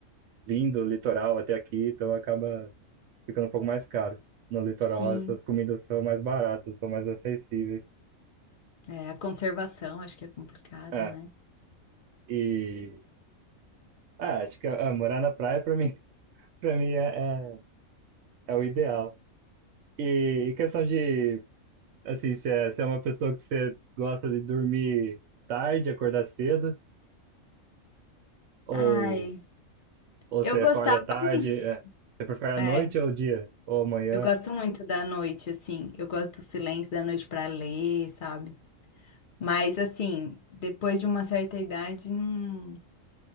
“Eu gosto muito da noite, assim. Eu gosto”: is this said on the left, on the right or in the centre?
Left